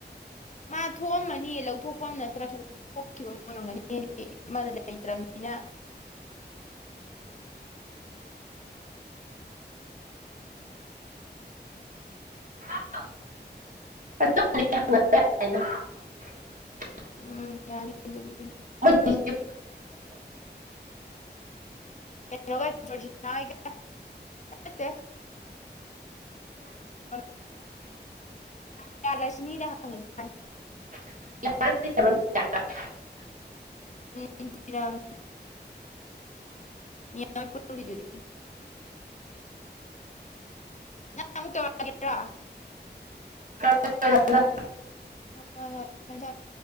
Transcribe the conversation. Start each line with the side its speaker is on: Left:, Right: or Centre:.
Left: ꯃꯥ ꯊꯣꯛꯑꯝꯃꯅꯤ ꯂꯧꯊꯣꯛꯄ ꯑꯃ ꯅꯠꯇ꯭ꯔꯥ ꯊꯣꯛꯈꯤꯕ ꯑꯣꯏꯔꯝꯒꯅꯤ ꯑꯃꯗ ꯂꯩꯇ꯭ꯔꯕꯅꯤꯅ
Right: <unintelligible>
Left: ꯎꯝ ꯌꯥꯅꯤꯕꯨꯗꯤ
Right: ꯃ ꯇ
Left: <unintelligible> ꯅꯒꯠꯇꯦ ꯀ ꯇꯔꯔꯁꯅꯤꯗ <unintelligible>
Right: <unintelligible>
Left: <unintelligible> <unintelligible> <unintelligible>
Right: <unintelligible>
Left: ꯍꯣꯏ- ꯍꯣꯏ <unintelligible>